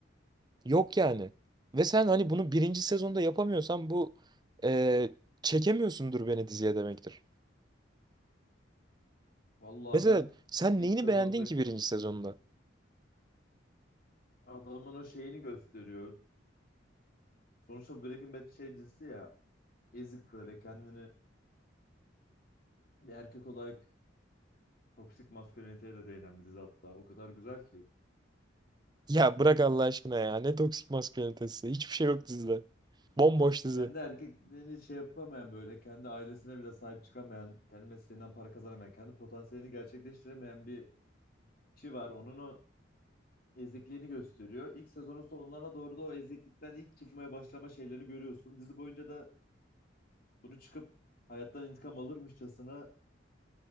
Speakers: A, on the right (about 20°); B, on the left (about 50°).
A: Yok yani. Ve sen hani bunu birinci sezonda yapamıyorsan bu e, çekemiyorsundur beni diziye demektir.
B: Vallahi
A: Mesela
B: ben
A: sen
B: ilk
A: neyini
B: sezondaki
A: beğendin ki birinci sezonda?
B: adamın o şeyini gösteriyor. Sonuçta Breaking Bad şey dizisi ya. Ezik böyle kendini Bir erkek olarak toksik masküliniteye de değinen bir dizi hatta. O kadar güzel ki.
A: Ya bırak Allah aşkına ya. Ne toksik maskülinitesi. Hiçbir şey yok dizide. Bomboş dizi.
B: Kendi erkekliğini şey yapamayan böyle, kendi ailesine bile sahip çıkamayan, kendi mesleğinden para kazanamayan, kendi potansiyelini gerçekleştiremeyen bir kişi var. Onun o ezikliğini gösteriyor. İlk sezonun sonlarına doğru da o eziklikten ilk çıkmaya başlama şeylerini görüyorsun. Dizi boyunca da bunu çıkıp hayattan intikam alırmışçasına